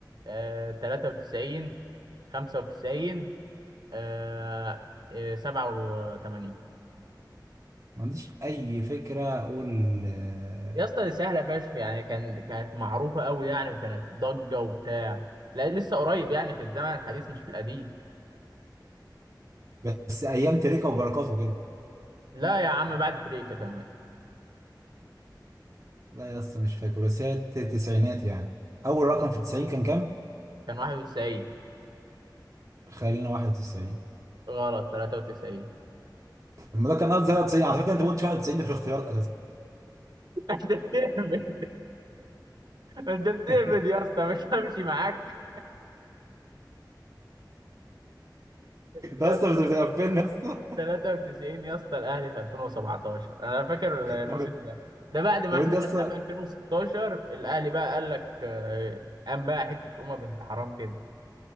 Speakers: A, on the right; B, on the right.
A: أه 93 95 آه آه، 87
B: ما عنديش أي فكرة أقول آه،
A: يا اسطى دي سهله فشخ يعني كان كانت معروفه قوي يعني وكانت ضجه وبتاع لا لسه قريب يعني في الزمن الحديث مش في القديم
B: بس أيام تريكة وبركاته كده
A: لا يا عم بعد تريكا كمان
B: لا يا اسطى مش فاكر بس هي الت- التسعينات يعني أول رقم في التسعين كان كام؟
A: كان 91
B: خلينا 91
A: غلط 93
B: طب ما ده كان قصدي 93 على فكرة أنت ما قلتش 91 ده في الاختيارات
A: <laughs> انت بتهبد انت بتهبد
B: انت
A: يا اسطى مش همشي معاك يا
B: اصلا
A: اسطى
B: بت- بتغفلني يا اسطى
A: 93 يا اسطى الاهلي في 2017 انا فاكر الموسم
B: طب
A: ده ده بعد ما
B: طب
A: احنا
B: انت اصلا
A: خدناه في 2016 الاهلي بقى قال لك آه، قام بقى حته امه بنت حرام كده